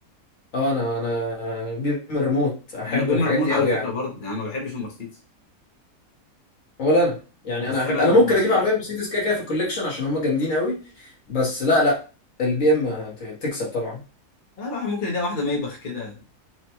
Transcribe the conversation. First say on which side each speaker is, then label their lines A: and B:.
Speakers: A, on the left (about 55°); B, on the left (about 35°).
A: اه انا انا بير من الريموت احب
B: انا بي
A: الحاجات
B: ام إيه ريموت
A: دي
B: على
A: قوي
B: فكره
A: يعني
B: برضه يعني ما بحبش المرسيدس
A: ولا انا يعني
B: بس
A: انا احب
B: انا
A: انا
B: المرسيدس
A: ممكن اجيب عربيه مرسيدس كده كده في الكوليكشن عشان هم جامدين قوي بس لا لا البي ام ت- تكسب طبعا
B: لا الواحد ممكن يلاقي واحده ميبخ كده